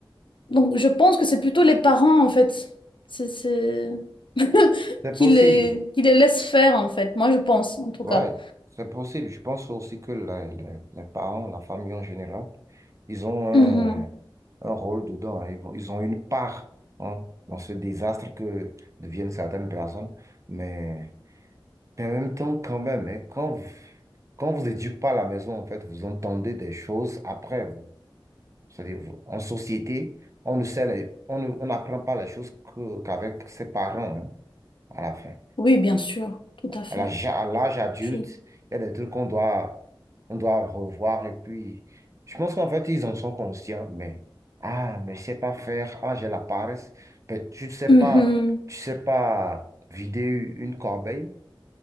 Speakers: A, on the left; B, on the right.
A: Donc je pense que c'est plutôt les parents, en fait, c'est, c'est... <laughs>
B: C'est
A: qui
B: possible.
A: les, qui les laissent faire, en fait, moi je pense, en tout
B: Ouais,
A: cas.
B: c'est possible. Je pense aussi que les, les- les parents, la famille en général, Ils ont
A: Mhm.
B: un, un rôle dedans. hein. Ils vont- ils ont une part hein, dans ce désastre que deviennent certaines personnes. Mais en même temps, quand même, hein, quand vous, quand vous éduquez pas à la maison, en fait, vous entendez des choses après vous. C'est-à-dire, vous- en société, on ne sait les- on ne- on n'apprend pas les choses que- qu'avec ses parents, hein, à la fin
A: Oui, bien sûr, tout à fait.
B: à l'âge, à l'âge adulte,
A: Je-
B: il y a des trucs qu'on doit, on doit revoir. Et puis, je pense qu'en fait, ils en sont conscients, mais, ah, mais je sais pas faire, ah, j'ai la paresse. Mais tu ne sais
A: Mhm.
B: pas, tu sais pas vider une corbeille